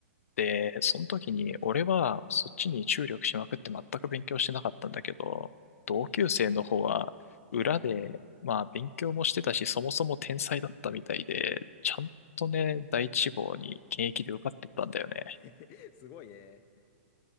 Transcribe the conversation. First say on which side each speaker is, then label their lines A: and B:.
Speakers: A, on the left (about 75°); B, on the left (about 35°).
A: で、その時に俺はそっちに注力しまくって全く勉強してなかったんだけど、同級生の方は裏で、まあ勉強もしてたし、そもそも天才だったみたいで、ちゃんとね、第一志望に現役で受かってったんだよね。
B: <laughs> すごいね。